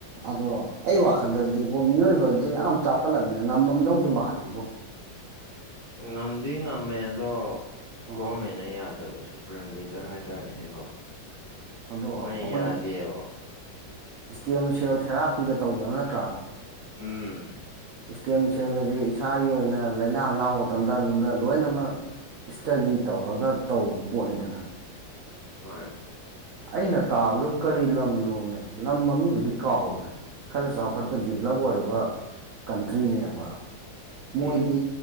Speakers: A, on the right; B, on the left.
A: ꯑꯗꯣ ꯑꯩ ꯋꯥꯈꯜꯗꯗꯤꯕꯣ ꯃꯤꯑꯣꯏꯕꯗꯤ ꯌꯥꯝ ꯆꯥꯎꯈꯠꯂꯝꯃꯤꯅ ꯉꯝꯃꯝꯗꯧꯁꯨ ꯃꯥꯜꯂꯤꯕꯣ
B: ꯉꯝꯗꯤ ꯉꯝꯃꯦ ꯑꯗꯣ
A: ꯎꯝ
B: ꯒꯣꯕꯔꯃꯦꯟꯅ ꯌꯥꯗꯦ ꯕ ꯁꯨꯄ꯭ꯔꯤꯝ ꯂꯤꯗꯔ ꯍꯥꯏꯇꯥꯔꯦꯅꯦꯀꯣ
A: ꯑꯗꯣ
B: ꯃꯣꯏꯅ
A: ꯑꯩꯈꯣꯏꯅ
B: ꯌꯥꯗꯦꯕ
A: ꯏꯁꯇꯦꯝ ꯁꯦꯜ ꯊꯦꯔꯥꯄꯤꯒ ꯇꯧꯕꯅꯣ ꯅꯠꯇ꯭ꯔꯥ
B: ꯎꯝ
A: ꯏꯁꯇꯦꯝ ꯁꯦꯜꯒꯁꯤ ꯏꯁꯥꯒꯤ ꯑꯣꯏꯅ ꯂꯥꯏꯅꯥ ꯂꯅꯥ ꯃꯇꯝꯗ ꯑꯗꯨꯗ ꯂꯣꯏꯅꯃꯛ ꯏꯁꯇꯗꯤ ꯇꯧꯔꯒ ꯇꯧꯕ ꯄꯣꯠꯅꯤꯗꯅ
B: ꯍꯣꯏ
A: ꯑꯩꯅ ꯇꯥꯕꯗ ꯀꯔꯤ ꯂꯝꯅꯣꯅꯦ ꯂꯝ ꯃꯃꯤꯡꯗꯨꯗꯤ ꯀꯥꯎꯈ꯭ꯔꯦ ꯈꯔ ꯆꯥꯎꯈꯠꯄ ꯗꯤꯕꯂꯞ ꯑꯣꯏꯔꯕ ꯀꯟꯇ꯭ꯔꯤꯅꯦꯕ ꯃꯣꯏꯗꯤ
B: ꯎꯝ